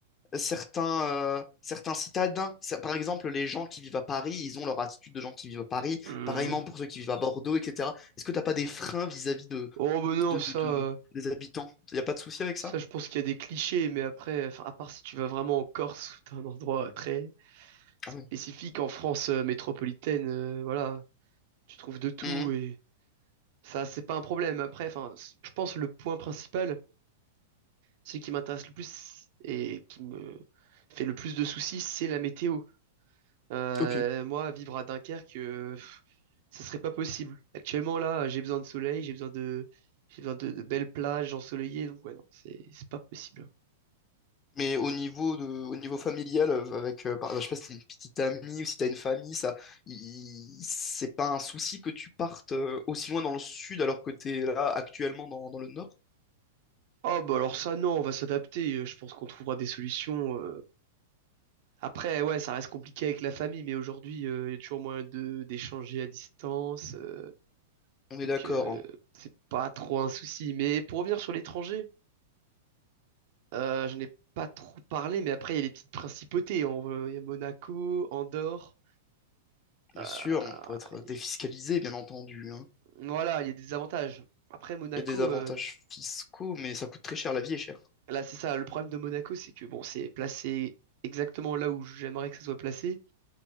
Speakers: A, on the left (about 25°); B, on the right (about 55°).
A: certains, euh, certains citadins. Ça- Par exemple, les gens qui vivent à Paris, ils ont leur attitude de gens qui vivent à Paris.
B: Hmm.
A: Pareillement pour ceux qui vivent à Bordeaux, etc. Est-ce que t'as pas des freins vis-à-vis de,
B: Oh mais non,
A: de,
B: ça,
A: de-
B: euh,
A: de- des habitants? Y a pas de souci avec
B: ça
A: ça?
B: je pense qu'il y a des clichés, mais après, enfin, à part si tu vas vraiment en Corse ou dans un endroit euh, très spécifique
A: Ah oui.
B: en France euh, métropolitaine, euh, voilà, tu trouves de tout
A: Mhm.
B: et ça c'est pas un problème. Après, enfin, c- je pense le point principal, celui qui m'intéresse le plus et qui me fait le plus de soucis, c'est la météo. Euh,
A: Ok.
B: moi, vivre à Dunkerque, euh, pff, ce serait pas possible. Actuellement, là, j'ai besoin de soleil, j'ai besoin de, j'ai besoin de, de belles plages ensoleillées, donc ouais, non, c'est, c'est pas possible.
A: Mais au niveau de, au niveau familial, euh, avec, euh, par- je sais pas si t'as une petite amie ou si t'as une famille, ça, il- c'est pas un souci que tu partes euh, aussi loin dans le sud alors que t'es là actuellement dans, dans le nord?
B: Oh, bah alors ça, non, on va s'adapter. euh, Je pense qu'on trouvera des solutions. euh. Après, ouais, ça reste compliqué avec la famille, mais aujourd'hui, euh, il y a toujours moyen de, d'échanger à distance. euh,
A: On est
B: donc,
A: d'accord,
B: euh,
A: hein.
B: c'est pas trop un souci. Mais pour revenir sur l'étranger, euh, j'en ai pas trop parlé, mais après, il y a les petites principautés. On, va- il y a Monaco, Andorre.
A: Bien
B: Euh,
A: sûr, on pourrait être
B: et-
A: défiscalisé, bien entendu.
B: voilà, il y a des avantages. Après, Monaco,
A: Il y a des avantages
B: euh,
A: fiscaux, mais ça coûte très cher. La vie est chère.
B: là, c'est ça. Le problème de Monaco, c'est que bon, c'est placé exactement là où j'aimerais que ça soit placé,